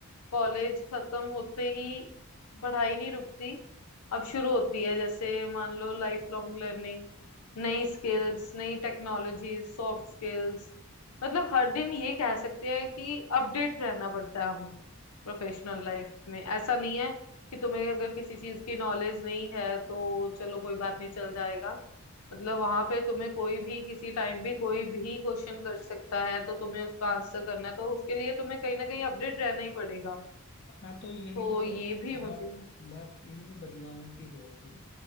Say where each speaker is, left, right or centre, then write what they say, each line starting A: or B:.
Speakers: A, on the left; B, on the left.
A: कॉलेज खत्म होते ही पढ़ाई नहीं रुकती अब शुरू होती है जैसे मान लो लाइफ लॉन्ग लर्निंग नई स्किल्स नई टेक्नोलॉजीज सॉफ्ट स्किल्स मतलब हर दिन ये कह सकते हैं कि अपडेट रहना पड़ता है हमें प्रोफेशनल लाइफ में ऐसा नहीं है कि तुम्हें अगर किसी चीज की नॉलेज नहीं है तो चलो कोई बात नहीं चल जाएगा मतलब वहां पे तुम्हें कोई भी किसी टाइम भी कोई भी क्वेश्चन कर सकता है तो तुम्हें उसका आंसर करना है तो उसके लिए तुम्हें कहीं ना कहीं अपडेट रहना ही पड़ेगा
B: हाँ तो यही
A: तो
B: तो
A: ये भी मुझे
B: बात बात इन्हीं बदलावों की हो रही है